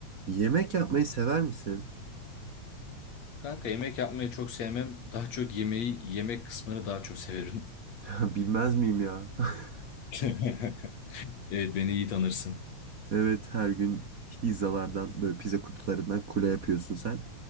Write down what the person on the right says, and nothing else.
Yemek yapmayı sever misin?
<laughs> Bilmez miyim ya? <laughs>
Evet her gün pizzalardan böyle pizza kutularından kule yapıyorsun sen.